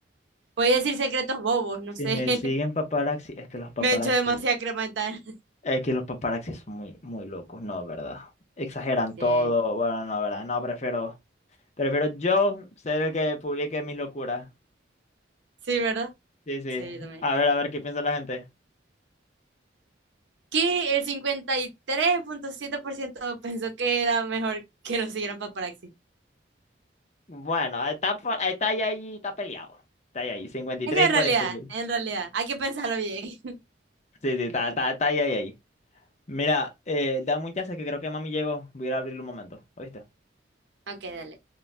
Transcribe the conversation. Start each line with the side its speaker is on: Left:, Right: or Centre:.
Right: Voy a decir secretos bobos, no
Left: Si
Right: sé.
Left: me
Right: <laughs>
Left: siguen paparazzi, es que los paparazzi,
Right: Me he hecho demasiada crema dental.
Left: es que los paparazzi son muy, muy locos, no, ¿verdad? Exageran todo,
Right: Sí,
Left: bueno, no, ¿verdad? No, prefiero, prefiero yo ser el que publique mis locuras.
Right: sí, ¿verdad?
Left: Sí, sí.
Right: Sí, yo también.
Left: A ver, a ver qué piensa la gente.
Right: Que el 53.7% pensó que era mejor que lo siguieran paparazzi.
Left: Bueno, está, por- está ahí, ahí, está peleado. Está ahí, ahí, 53
Right: Es que en
Left: y 46.
Right: realidad, en realidad, hay que pensarlo bien. <laughs>
Left: Sí, sí, está, está, está ahí, ahí, ahí. Mira, eh, dame un chance que creo que mami llegó. Voy a ir a abrirle un momento, ¿oíste?
Right: Ok, dale.